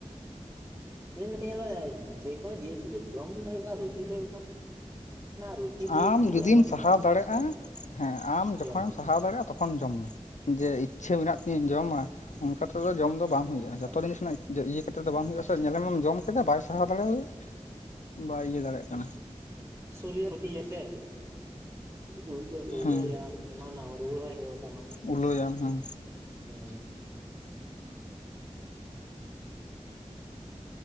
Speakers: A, on the right (about 25°); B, on the left (about 85°).
A: ᱦᱩᱸ ᱢᱤᱫᱴᱮᱱ ᱧᱮᱞᱚᱜ-ᱟ ᱡᱮᱠᱳᱱᱳ ᱡᱤᱱᱤᱥ ᱜᱮ ᱡᱚᱢ ᱫᱚ ᱦᱩᱭᱩᱜ ᱠᱟᱱᱟ ᱨᱩᱪᱤ ᱫᱚ ᱦᱩᱭᱩᱜ ᱠᱟᱱᱟ ᱨᱩᱪᱤ ᱫᱤᱭᱮ
B: <inaudible> ᱟᱢ ᱡᱩᱫᱤᱢ
A: ᱞᱮᱢ ᱵᱟᱹᱲᱤᱡ
B: ᱥᱟᱦᱟᱣ
A: ᱛᱟᱢᱟ
B: ᱫᱟᱲᱮᱭᱟᱜᱼᱟ ᱦᱮᱸ ᱟᱢ ᱡᱚᱠᱷᱚᱱᱮᱢ
A: ᱡᱚᱢ ᱢᱮ
B: ᱥᱟᱦᱟᱣ ᱫᱟᱲᱮᱭᱟᱜᱼᱟ ᱛᱚᱠᱷᱚ ᱠᱷᱚᱱ ᱡᱚᱢ ᱢᱮ ᱡᱮ ᱤᱪᱪᱷᱟᱹ ᱢᱮᱱᱟᱜ ᱛᱤᱧᱟᱹ ᱡᱚᱢᱟ
A: ᱦᱩᱸ
B: ᱚᱱᱠᱟ ᱛᱮᱫᱚ ᱡᱚᱢ ᱫᱚ ᱵᱟᱝ ᱦᱩᱭᱩᱜᱼᱟ ᱡᱚᱛᱚ
A: ᱵᱟᱝ
B: ᱡᱤᱱᱤᱥ ᱨᱮᱱᱟᱜ ᱤᱭᱟᱹ ᱠᱟᱛᱮ ᱫᱚ
A: ᱦᱩᱸ
B: ᱵᱟᱝ ᱦᱩᱭᱩᱜᱼᱟ ᱥᱮ ᱧᱮᱞᱮᱢᱮ ᱡᱚᱢ ᱪᱟᱜ ᱵᱟᱭ ᱥᱟᱦᱟᱣ ᱫᱟᱲᱮᱟᱭᱟ ᱵᱟᱭ ᱤᱭᱟᱹ ᱫᱟᱲᱮᱭᱟᱜ ᱠᱟᱱᱟ
A: ᱥᱚᱨᱤᱨ ᱨᱮ ᱠᱷᱚᱛᱤ ᱟᱥᱮ ᱩᱞᱴᱟᱹᱩᱞᱟᱹᱭᱟᱢ
B: ᱦᱮᱸ
A: ᱮᱢᱟᱱᱟᱢ ᱨᱩᱣᱟᱹ ᱦᱚᱸᱭ ᱨᱩᱣᱟᱹ ᱦᱚᱸ ᱦᱮᱡ ᱫᱟᱲᱮᱭᱟᱜᱼᱟ
B: ᱩᱞᱟᱹᱭᱟᱢ ᱦᱩᱸ
A: ᱦᱩᱸ